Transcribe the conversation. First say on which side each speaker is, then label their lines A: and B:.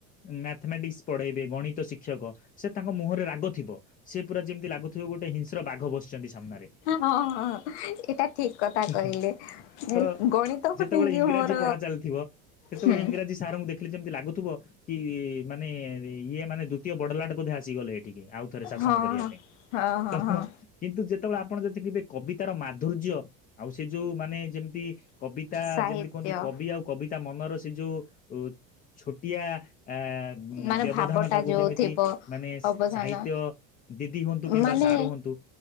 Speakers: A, on the left; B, on the left.
A: ମ୍ୟାଥମେଟିକ୍ସ ପଢେଇବେ ଗଣିତ ଶିକ୍ଷକ, ସେ ତାଙ୍କ ମୁହଁରେ ରାଗ ଥିବ। ସେ ପୁରା ଯେମିତି ଲାଗୁଥିବେ ଗୋଟେ ହିଂସ୍ର ବାଘ ବସିଚନ୍ତି ସାମ୍ନାରେ।
B: ହଁ ହଁ ଏଇଟା ଠିକ କଥା
A: ତ
B: କହିଲେ
A: ତ
B: ଗଣିତକୁ
A: ଯେତବଳେ
B: ନେଇକି
A: ଇଂରାଜୀ
B: ମୋର
A: ପଢା ଚାଲିଥିବ ସେତବଳେ
B: ହୁଁ
A: ଇଂରାଜୀ ସାରଙ୍କୁ ଦେଖିଲେ ଯେମିତି ଲାଗୁଥିବ କି ମାନେ ଇଏ ମାନେ ଦ୍ଵିତୀୟ ବଡଲାଟ ବୋଧେ ଆସିଗଲେ ଏଠିକି ଆଉ ଥରେ ଶାସନ
B: ହଁ
A: କରିବା
B: ହଁ
A: ପାଇଁ।
B: ହଁ
A: ତ
B: ହଁ ହଁ
A: କିନ୍ତୁ ଯେତବଳେ ଆପଣ ଯଦି କେବେ କବିତାର ମାଧୁର୍ଯ୍ୟ ଆଉ ସେ ଯୋଉ ମାନେ ଯେମିତି କବିତା
B: ସାହିତ୍ୟ
A: ଯେମିତି କୁହନ୍ତି କବି ଆଉ କବିତା ମନର ସେ ଯୋଉ ଉ ଛୋଟିଆ ଆ
B: ମାନେ
A: ବ୍ୟବଧାନ
B: ଭାବଟା
A: ଟାକୁ
B: ଯୋଉ
A: ଯେମିତି
B: ଥିବ
A: ମାନେ
B: ଅବଧାନ
A: ସାହିତ୍ୟ ଦିଦି ହୁଅନ୍ତୁ କିମ୍ବା
B: ମାନେ
A: ସାର୍ ହୁଅନ୍ତୁ